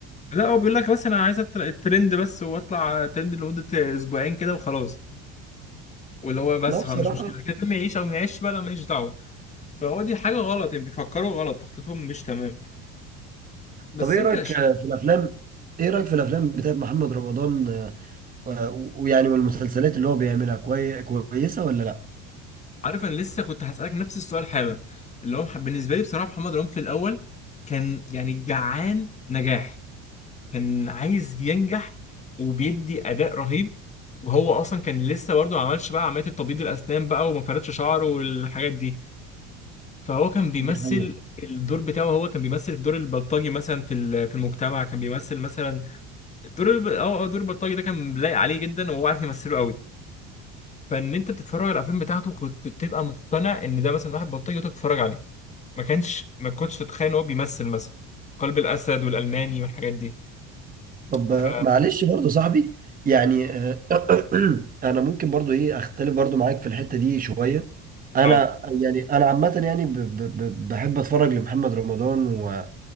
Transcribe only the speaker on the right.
ما بصراحة
طب إيه
رأيك
في الأفلام إيه رأيك في الأفلام بتاعت محمد رمضان آه، ويعني والمسلسلات اللي هو بيعملها كوي... كويسة ولا لا
دي حقيقة
طب
آه، معلش برضو صاحبي يعني آه، <clears throat> انا ممكن برضو ايه اختلف برضو معاك في الحتة دي شوية انا
يعني انا عامة يعني ب... ب... ب... بحب اتفرج لمحمد رمضان و...